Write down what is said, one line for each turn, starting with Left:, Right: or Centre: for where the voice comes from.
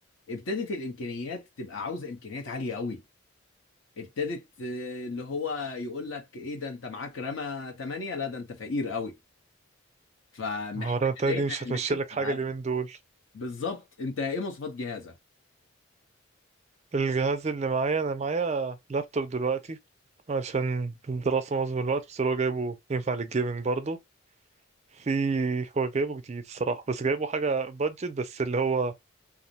Left: ابتدت الامكانيات تبقى عاوزه امكانيات عاليه قوي ابتدت آه، اللي هو يقول لك ايه ده انت معاك رامة 8 لا ده انت فقير قوي فمحتاج
Right: العربية التانية
Left: دايما
Right: دي مش هتمشي
Left: انك
Right: لك حاجة
Left: انت
Right: اليومين دول
Left: بالظبط انت ايه مواصفات جهازك
Right: الجهاز اللي معايا انا معايا لابتوب دلوقتي عشان الدراسة معظم الوقت بس هو جايبه ينفع للجيمنج برضه في هو جايبه جديد الصراحة بس جايبه حاجة بادجت بس اللي هو